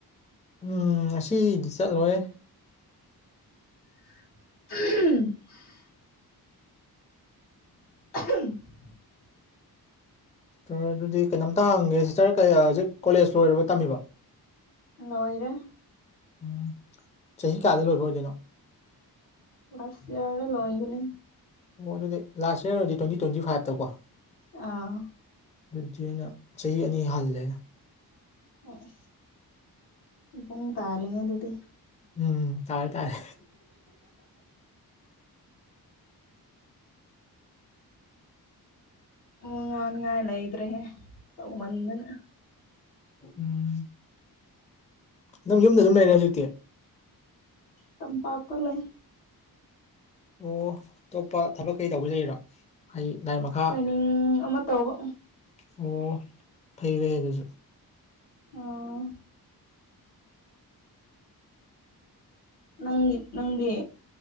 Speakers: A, on the left; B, on the left.
A: ꯎꯝ ꯑꯁꯤꯗꯤ ꯆꯠꯂꯣꯏ꯫
B: <unintelligible> <unintelligible>
A: ꯑ ꯑꯗꯨꯗꯤ ꯀꯩꯅꯣꯝꯇ ꯍꯪꯒꯦ ꯁꯤꯇꯔ ꯀꯌꯥ ꯍꯧꯖꯤꯛ ꯀꯣꯂꯦꯖ ꯂꯣꯏꯔꯕꯣ ꯇꯝꯃꯤꯕꯣ꯫
B: ꯅꯣꯏꯔꯦ
A: ꯎꯝ ꯆꯍꯤ ꯀꯌꯥꯗ ꯂꯣꯏꯕ ꯑꯣꯏꯗꯣꯏꯅꯣ
B: ꯂꯁ ꯏꯌꯦꯔꯗ ꯂꯣꯏꯕꯅꯦ꯫
A: ꯑꯣ ꯑꯗꯨꯗꯤ ꯂꯥꯁ ꯏꯌꯔꯗ ꯇ꯭ꯨꯋꯦꯟꯇꯤ ꯇ꯭ꯨꯋꯦꯟꯇꯤ ꯐꯥꯏꯚꯇꯀꯣ꯫
B: ꯑꯥꯎ
A: ꯑꯗꯨꯗꯤ ꯑꯩꯅ ꯆꯍꯤ ꯑꯅꯤ ꯍꯜꯂꯦ꯫
B: ꯑꯣ ꯏꯕꯨꯡ ꯇꯥꯔꯦꯅꯦ ꯑꯗꯨꯗꯤ
A: ꯎꯝ ꯇꯥꯔꯦ ꯇꯥꯔꯦ꯫
B: ꯎ ꯅꯥꯟ ꯉꯏ ꯂꯩꯇ꯭ꯔꯦ ꯍꯦ ꯇꯧ ꯃꯟꯗꯅ
A: ꯎꯝ ꯅꯪ ꯌꯨꯝꯗ ꯑꯗꯨꯝ ꯂꯩꯔꯦ ꯍꯧꯖꯤꯛꯇꯤ
B: ꯇꯝꯄꯥꯛꯄ ꯂꯩ꯫
A: ꯑꯣ ꯑꯇꯣꯞꯄ ꯊꯕꯛ ꯀꯩ ꯇꯧꯕ ꯂꯩꯔꯣ ꯍꯥꯏꯗꯤ ꯂꯥꯏꯔꯤꯛ ꯃꯈꯥ
B: ꯎꯝ ꯑꯃ ꯇꯧꯕ꯫
A: ꯑꯣ ꯐꯩ ꯐꯩ ꯑꯗꯨꯁꯨ
B: ꯑꯣ ꯅꯪ ꯅꯪꯗꯤ꯫